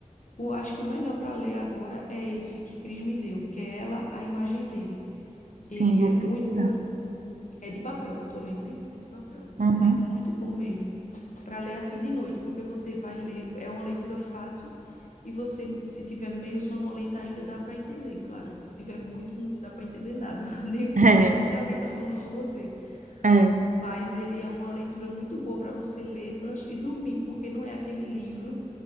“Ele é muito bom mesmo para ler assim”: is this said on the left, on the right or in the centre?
Left